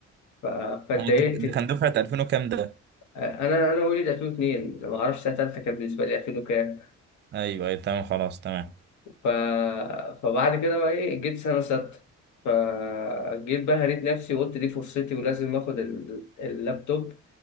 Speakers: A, on the left (about 75°); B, on the right (about 35°).
A: ف... فاتضايقت
B: اه، انت ده كان دفعه 2000 وكام ده
A: آه، أنا أنا وليد 2002 ما أعرفش سنة تالتة كان بالنسبة لي 2000 وكام
B: ايوه ايوه تمام خلاص تمام
A: ف... فبعد كده بقى ايه جيت سنة ستة فجيت بقى هريت نفسي وقلت دي فرصتي ولازم اخد ال- اللابتوب